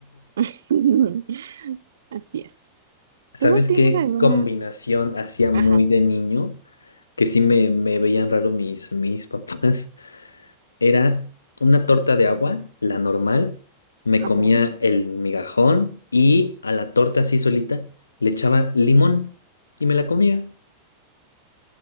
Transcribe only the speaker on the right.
<laughs> Así es.
¿Tú tienes
alguna...
Ajá,
ajá.